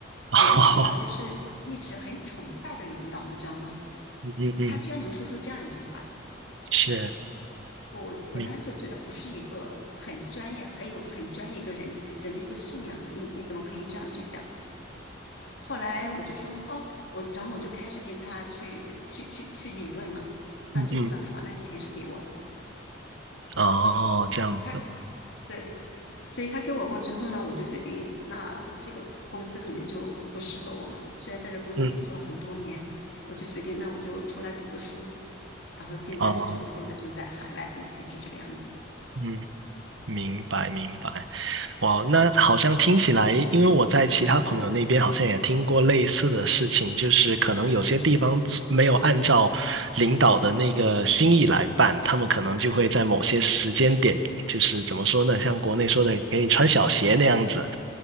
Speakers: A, on the right; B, on the left.
A: <laughs>
B: 我没想到就是一直很崇拜的领导，
A: 哦，
B: 你知道吗？
A: 嗯嗯，
B: 他居然能说出这样一句话，
A: 是，
B: 我我当时就觉得不是一个很专业、
A: 明，
B: 很有很专业一个人人的一个素养啊，你你怎么可以这样去讲？后来我就说哦，我然后我就开始跟他去去去去理论嘛。那最后呢，
A: 嗯嗯，
B: 他把那个钱是给我了。
A: 哦，这样子，
B: 他对，所以他给我过之后呢，我就决定，那这个公司可能就不适合我嘛。虽然在这公司也做了很多年，
A: 嗯，
B: 我就决定，那我就出来读个书。然后现在就是，
A: 哦，
B: 我现在就是在海外，目前是这个样子。
A: 嗯，明白明白。哇，那好像听起来，因为我在其他朋友那边好像也听过类似的事情，就是可能有些地方没有按照领导的那个心意来办，他们可能就会在某些时间点，就是怎么说呢，像国内说的给你穿小鞋那样子。